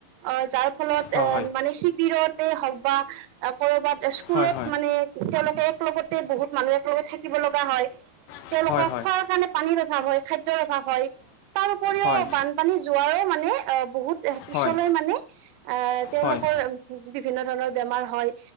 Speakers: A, on the right; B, on the left.
A: আহ যাৰ ফলত এ
B: হয়
A: মানে শিবিৰতে হওক বা কৰ'বাত স্কুলত
B: হয় হয় হয়
A: মানে তেওঁলোকে লগতে বহুত মানুহ এক লগত থাকিব লগা হয়।
B: হয়
A: তেওঁলোকক
B: হয়
A: খোৱাৰ কাৰণে পানীৰ অভাৱ হয়। খাদ্যৰ অভাৱ হয় তাৰ উপৰিও
B: হয়
A: বানপানী যোৱাৰও মানে অ বহুত এ পিছলৈ
B: হয়
A: মানে আহ তেওঁলোকৰ
B: হয়
A: বিভিন্ন ধৰণৰ বেমাৰ হয়।